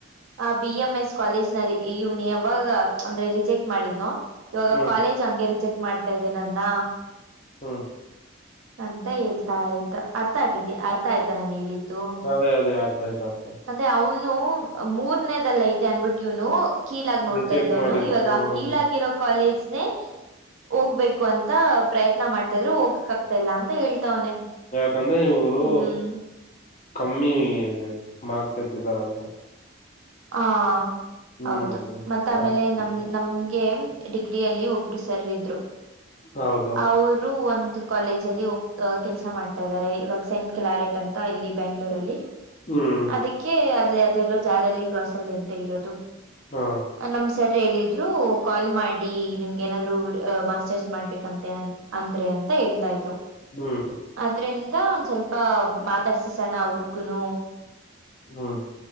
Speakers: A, on the right; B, on the left.
A: ಆ ಬಿ ಎಂ ಎಸ್ ಕಾಲೇಜ್ ನ ಇವ್ನ ಯಾವಾಗ ಅಂದ್ರೆ ರಿಜೆಕ್ಟ್ ಮಾಡಿದ್ನು. ಇವಾಗ
B: ಹ್ಮ್
A: ಕಾಲೇಜ್ ಅಂಗೇರಿ ಚೆಕ್ ಮಾಡ್ತಾ ಇದ್ದೇನನ್ನ.
B: ಹ್ಮ
A: ಅಂತ ಹೇಳ್ತಾ ಇದ್ದ ಅರ್ಥ ಆಗಿದ ಅರ್ಥ ಆಯ್ತಾ ನಾನು ಹೇಳಿದ್ದೆ.
B: ಅದೇ ಅದೇ ಅರ್ಥ ಆಯ್ತು ಅರ್ಥ ಆಯ್ತು
A: <inaudible> ಅದೆ ಅವನು ಮೂರನೇದಲ್ಲಿ ಐತಿ ಅನ್ಬಿಟ್ಟು ಇವ್ನು ಕೀಳಾಗಿ ನೋಡ್ತಾ
B: ರಿಜೆಕ್ಟ್
A: ಇದ್ದವನು
B: ಮಾಡಿದ
A: ಇವಾಗ
B: ಹ್ಮ್
A: ಆ ಕೀಳಾಗಿರೋ ಕಾಲೇಜ್ <unintelligible> ಹೋಗ್ಬೇಕು ಅಂತ ಪ್ರಯತ್ನ ಮಾಡ್ತಿದ್ರೆ ಹೋಗ್ ಎಲ್ಲಾ ಅಂತ ಹೇಳ್ತವನೆ
B: ಯಕಂದ್ರೆ ಇವರು
A: ಹ್ಮ್
B: ಕಮ್ಮಿ ಮಾರ್ಕ್ಸ್ ಎತ್ತಿದಾರಂತ
A: ಹಾ-
B: ಹ್ಮ್
A: ಹೌದು
B: ಹ್ಮ್
A: ಮತ್ತ ಆಮೇಲೆ ನಮ ನಮ ಡಿಗ್ರಿಯಲ್ಲಿ ಒಬ್ಬರು ಸರ ಇದ್ರು
B: ಹೌದು
A: ಅವರು ಒಂದು. ಕಾಲೇಜ್ ಅಲ್ಲಿ ಒಬ್ಬರ ಕೆಲಸ ಮಾಡ್ತಾ ಇದ್ದಾರೆ ಇವಾಗ ಸೆಂಟ್ ಕ್ಲಾರೆಟ್ ಅಂತ ಇಲ್ಲಿ ಬೆಂಗಳೂರಲ್ಲಿ.
B: ಹ್ಮ್
A: ಅದಕ್ಕೆ ಅಲ್ಲಿ ಅದೆಲ್ಲೋ ಜಾಲಹಲ್ಲಿ ಕ್ರಾಸ್ ಅಲ್ಲಿ ಎಂತ ಇರೋದು
B: ಹಾ
A: ನಮ್ ಸರ್ ಹೇಳಿದ್ರು ಕಾಲ್ ಮಾಡಿ ನಿಮ್ಗೇನಾದರೂ ಮಾಸ್ಟರ್ಸ್ ಮಾಡ್ಬೇಕಂತೆ ಅಂದ್ರೆ ಅಂತ. ಅಂತ ಹೇಳ್ತಾ ಇದ್ರು
B: ಹ್ಮ್
A: ಅದ್ರಿಂದ ಒಂದ್ ಸ್ವಲ್ಪ ಮಾತಾಡ್ಸಿಸೋಣ ಅವ್ರಗುನು.
B: ಹ್ಮ್